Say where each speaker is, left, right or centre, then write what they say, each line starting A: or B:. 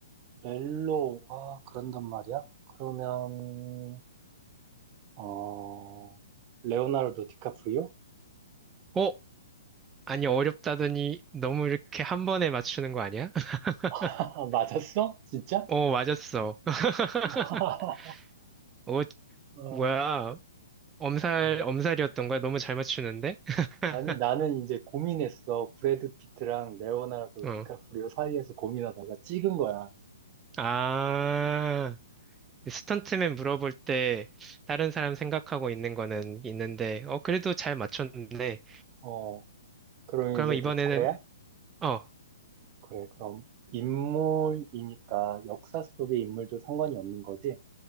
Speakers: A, on the right; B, on the right.
A: 멜로, 아, 그런단 말이야? 그러면, 어, 레오나르도 디카프리오?
B: 어? 아니 어렵다더니 너무 이렇게 한 번에 맞추는 거 아니야? <laughs>
A: <laughs> 맞았어? 진짜?
B: 어, 맞았어. <laughs>
A: <laughs>
B: 어,
A: 어,
B: 뭐야. 엄살,
A: 어.
B: 엄살이었던 거야? 너무 잘 맞추는데? <laughs>
A: 아니, 나는 이제 고민했어. 브래드 피트랑 레오나르도
B: 어.
A: 디카프리오 사이에서 고민하다가 찍은 거야.
B: 아. 그 스턴트맨 물어볼 때 다른 사람 생각하고 있는 거는 있는데, 어, 그래도 잘 맞췄네.
A: 어, 그럼
B: 그러면
A: 이제
B: 이번에는,
A: 내 차례야?
B: 어,
A: 그래, 그럼 인물이니까 역사 속의 인물도 상관이 없는 거지?